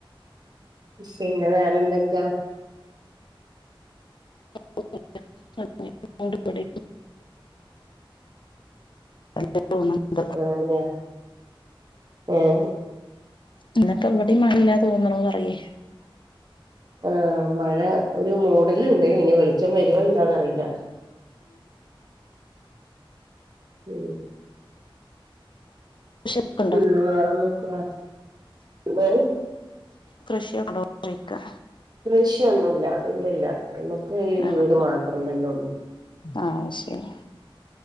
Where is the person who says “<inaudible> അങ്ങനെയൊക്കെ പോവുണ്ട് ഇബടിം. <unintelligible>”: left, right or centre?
Left